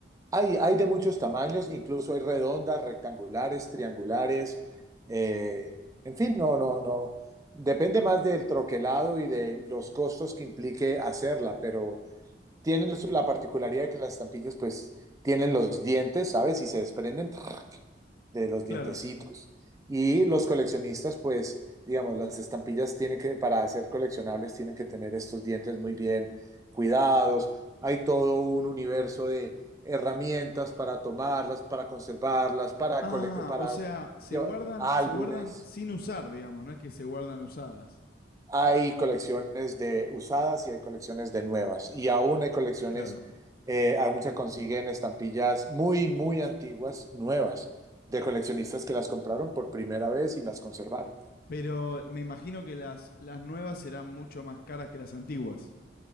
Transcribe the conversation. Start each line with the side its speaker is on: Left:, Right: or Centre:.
Right: Hay, hay de muchos tamaños, incluso hay redondas, rectangulares, triangulares, eh, en fin, no, no, no. Depende más del troquelado y de los costos que implique hacerla, pero, tienen la la particularidad de que las estampillas pues tienen los dientes, ¿sabes? Y se desprenden ¡trac! de los
Left: Claro.
Right: dientecitos. Y los coleccionistas pues, digamos, las estampillas tienen que, para ser coleccionables, tienen que tener estos dientes muy bien cuidados. Hay todo un universo de herramientas para tomarlas, para conservarlas, para,
Left: Ah,
Right: cole- para
Left: o sea, se
Right: llevar-
Left: guardan,
Right: álbumes.
Left: se guardan sin usar, digamos, no es que se guardan usadas.
Right: Hay colecciones de usadas y hay colecciones de nuevas. Y aún hay colecciones,
Left: Claro.
Right: eh, aún se consiguen estampillas muy, muy antiguas, nuevas, de coleccionistas que las compraron por primera vez y las conservaron.
Left: Pero me imagino que las, las nuevas serán mucho más caras que las antiguas.